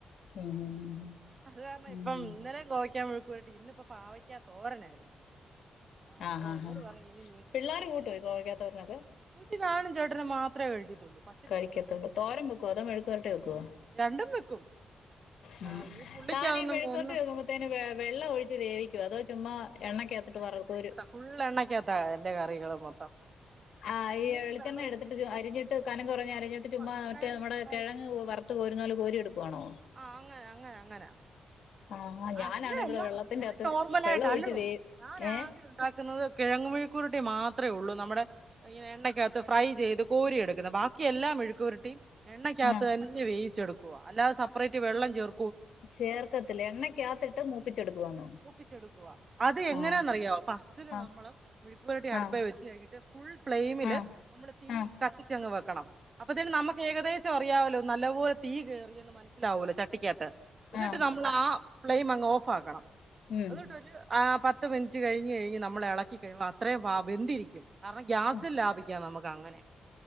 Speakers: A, on the left; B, on the right.
A: ഉം ഉം
B: അത് കാര്ണം
A: ഉം
B: ഇപ്പം
A: ഉം.
B: ഇന്നലെ കോവയ്ക്കാ മെഴുക്കു പെരട്ടി ഇന്നിപ്പോ പാവയ്ക്കാ തോരനായിരുന്നു. ആ
A: ആഹ്
B: അപ്പൊ
A: ആഹ്
B: എന്നോട്
A: ആഹ്
B: പറഞ്ഞു ഇനി
A: പിള്ളാര് കൂട്ടുവോ ഈ കോവക്കാത്തോരനൊക്കെ?
B: ത്തി ഞാനും ചേട്ടനും മാത്രേ കഴിക്കത്തുള്ളൂ പ
A: കഴിക്കത്തൊള്ളൂ തോരം വെക്കുവോ അതോ മെഴുക്കുവരട്ടി വെക്കുവോ?
B: രണ്ടും വെക്കും
A: ഉം
B: ആ ഈ പുള്ളിക്കാവൊന്നും
A: താനീ മെഴുക്കുവരട്ടി
B: എന്നും
A: വെക്കുമ്പത്തേനും വെ വെള്ളം ഒഴിച്ച് വേവിക്കുവോ അതോ ചുമ്മാ എണ്ണക്കാത്തിട്ട് വറ് കോരും
B: ഫുള്ള് എണ്ണക്കാത്താ എന്റെ കറികള് മൊത്തം
A: ആഹ് ഈ
B: ഒന്നിലും
A: വെളിച്ചണ്ണ
B: വെള്ളം ഒഴിക്കത്തില്ല
A: എടുത്തിട്ട് ചു അരിഞ്ഞിട്ട് കനം കൊറഞ്ഞരിഞ്ഞിട്ട്
B: ആ
A: ചുമ്മാ
B: വ
A: മറ്റേ
B: കഴ
A: നമ്മടെ
B: വഴറ്റി
A: കെഴങ്ങ് പോ വറ് ത്തിട്ട് കോരുന്ന പോലെ കോരി എടുക്കുവാണോ?
B: ആഹ് അങ്ങനാ അങ്ങനാ അങ്ങനാ
A: ആഹാ ഞാനാണ്
B: അങ്ങനല്ലാ
A: ഇവിടെ വെള്ളത്തിന്റെ
B: ഞാൻ
A: അകത്ത്
B: നോർമലായിട്ടല്ലടോ
A: വെള്ളം ഒഴിച്ച് വേ
B: ഞാനാകെ
A: ഏ
B: ഒണ്ടാക്കുന്നത് കെഴങ്ങുമെഴുക്കുവരട്ടി മാത്രേ ഒള്ളൂ നമ്മടെ ഇങ്ങനെ എണ്ണക്കാത്ത് ഫ്രൈ ചെയ്ത് കോരി എടുക്കുന്നെ ബാക്കി എല്ലാം മെഴുക്കുവരട്ടിം എണ്ണക്കകത്ത്
A: ആ
B: തന്നെ വേവിച്ചെടുക്കുവാ അല്ലാതെ സെപ്പറേറ്റ് വെള്ളം ചേർ
A: ചേർക്കത്തില്ലാ എണ്ണക്കാത്തിട്ട് മൂപ്പിച്ചെടുക്കുവാന്നോ
B: മൂപ്പിച്ചെടുക്കുവാ അത് എങ്ങനാന്നറിയാവോ
A: ആ
B: ഫസ്റ്റില്
A: ആ
B: നമ്മള് മെഴുക്കു വരട്ടി അടുപ്പേ
A: ആ
B: വെച്ച് കഴിഞ്ഞിട്ട് ഫുൾ ഫ്ലെയ്മില്
A: ആ
B: നമ്മള് തീ
A: ആ
B: കത്തിച്ചങ്ങ് വെക്കണം അപ്പത്തേനും നമ്മക്കേകദേശം അറിയാവല്ലോ നല്ലപോലെ തീ കേറിയെന്നും മനസ്സിലാവോല്ലോ ചട്ടിക്കാത്ത് ഇന്നിട്ട്
A: ആ ആ
B: നമ്മളാ ഫ്ലെയിംമങ്ങ് ഓഫാക്കണം.
A: ഉം
B: അന്ന്ട്ടൊരു ആഹ് പത്ത് മിൻറ്റ് കഴിഞ്ഞ് കഴിഞ്ഞ് നമ്മളെളക്കി കഴിയുമ്പോ അത്രയും ഭാ വെന്തിരിക്കും കാരണം ഗ്യാസും
A: ആ
B: ലാഭിക്കാം നമ്മക്കങ്ങനെ